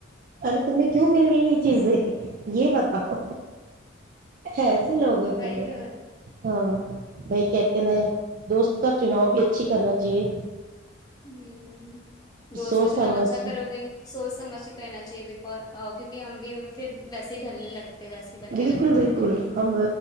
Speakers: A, on the right; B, on the left.
A: ارے تمہیں کیوں مل گئی یہ چیزیں یہ بتاؤ ایسے لوگ ہوتے
B: وہی
A: ہیں
B: اور
A: ہاں بھائی کہتے ن دوست کا چناؤ بھی اچھی کرنا چاہیے
B: ہوں دوست
A: سوچ
B: کا چناؤ
A: سمجھ
B: اچھا
A: کے
B: کرو گے سوچ سمجھ س کہ ہےنا چاہے ب ا کیونکہ ہم بھی پھر ویس ہی ڈلنے لگتے ویسے ہی بننے
A: بالکل
B: لگتے
A: بالکل ہم